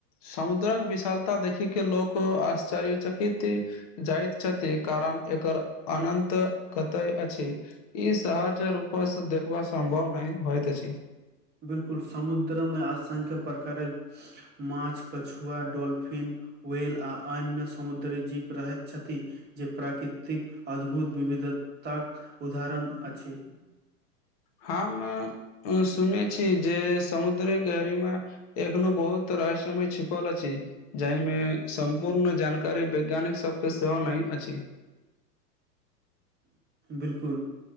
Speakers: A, on the left (about 25°); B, on the right (about 20°).
A: समुद्रक विशालता देखि के लोको आश्चर्य चकित। जाइत छथिन कारण एकर अनन्त कतय अछि। ई सहज रूपसँ देखबा संभाव नहि होइत अछि
B: बिल्कुल समुद्र में असंख्यक प्रकारक माछ कछुवा डॉल्फिन। व्येल अन्य समुद्री जीव रहे छै जे प्राकृतिक अद्भुत विविधताक उदाहरण अछि।
A: हमे सुने छी जे समुद्र गहरी में एखनो बहुत रहस्यमय छिपल अछि जाहि में सम्पूर्ण जानकारी वैज्ञानिक सभके सेहो नहि अछि।
B: बिल्कुल